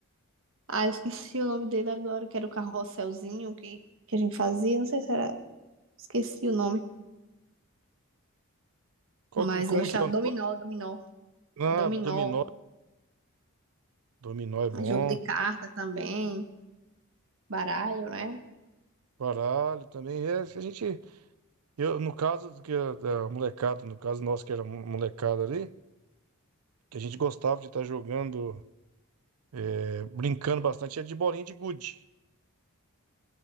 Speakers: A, on the right (about 60°); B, on the right (about 80°).
A: Ah, eu esqueci o nome dele agora, que era o carrosselzinho que, que a gente fazia. Não sei se era... Esqueci o nome.
B: Qual
A: Mas
B: que- como
A: gostava.
B: que é o negócio?
A: Dominó, dominó.
B: Ah,
A: É dominó.
B: dominó. Dominó é bom.
A: é Jogo de carta também. baralho, né?
B: Baralho também. É, se a gente, eu, no caso do que a, da molecada, no caso nosso que era mo- molecada ali, que a gente gostava de estar jogando, é, brincando bastante, era de bolinha de gude.